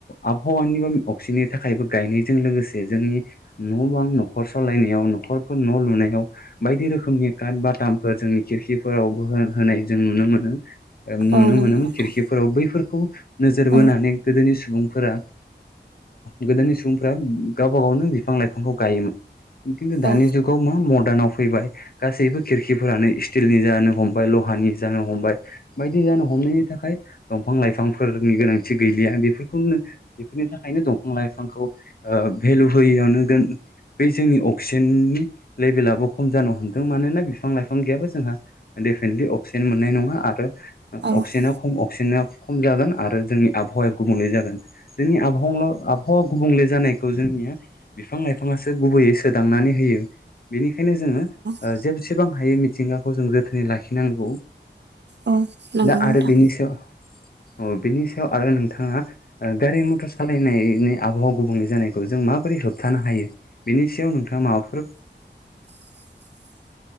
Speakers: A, on the left (about 55°); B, on the right (about 65°).
A: आबहावानि बा अक्सिजेननि थाखायबो गायनायजों लोगोसे जोंनि न' बां न'खर सालायनायाव न'खरफोर न' लुनायाव बायदि रोखो खोमनि काट बटामफोर जोंनि खिरखिफोरावबो होनाय जों नुनो मोनो नुनो
B: औ नंगौ
A: मोनोमोन
B: नोंथां
A: खिरखिफोराव बैफोरखौ नोजोर
B: औ
A: बोनानै गोदोनि सुबुं फोरा गोदोनि सुबुंफोरा गावबा गावनो बिफां लाइफांखौ गायोमोन। खिन्थु दानि
B: औ
A: जुगाव मा मदार्नाव फैबाय गासैबो खिरखिफोरानो स्टिलनि जानो हम लहानि जानो हमबाय बायदि जानो हमनायनि थाखाय दं दंफां - लाइफांफोरनि गोनांथि गैलिया बेफोरखौनो बेफोरनि थाखायनो दंफां लाइफां खौ भेलु होयैयानो जों बे जोंनि अक्सिजेननि लेभेलाबो खम जानो हमदों मानोना बिफां - लाइफां गैयाबो जोंहा डेफिनेटलि अक्सिजेन मोननाय नङा आरो
B: औ
A: अक्सिजेना खम अक्सिजेना खम जागोन आरो जोंनि आबहावाया गुबुंले जागोन। जोंनि आबहावल आबहावा गुबुंले जानायखौ जोंनिया बिफां - लाइफांआसो गुबैयै सोदांनानै होयो बेनि खायनो जोङो
B: औ
A: जेसेबां हायो मिथिंगाखौ जों जोथोनै लाखिनांगौ।
B: औ नंगौ
A: दा आरो
B: नोंथां
A: बनिसायाव
B: <inaudible>
A: बेनि सायाव आरो नोंथाङा गारि मथर सालायनायनि आबहावा गुबुंलै जानायखौ जों माबोरै होबथानो हायो बेनि सायाव नोंथाङा माबाफोर
B: <inaudible>